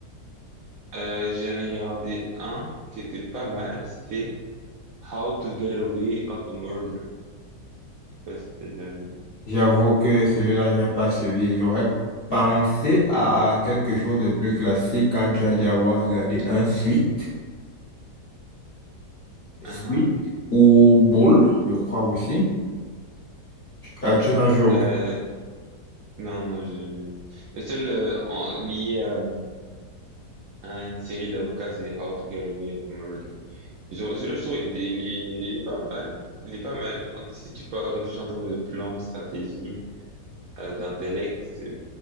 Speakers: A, on the right (about 70°); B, on the left (about 55°).
A: Euh, j'en ai regardé un qui était pas mal, c'était How to Get Away of a Murder. Je sais pas si t'as déjà vu.
B: J'avoue que celui-là, j'ai pas suivi. J'aurais pensé à quelque chose de plus classique quand tu as dû avoir regardé un suite, suite
A: Uhum.
B: ou boule, je crois aussi. Euh, tu n'as joué aucun.
A: Euh, non, non, j'ai jamais vu. Le seul euh, en- lié à, euh, à une série d'avocats, c'est How to Get Away of a Murder. Je- Celui-là, je trouve, il, était- il est, il est, il est pas mal. Il est pas mal. En- Si tu peux réfléchir en termes de plan, stratégie, euh, d'intellect, c'est,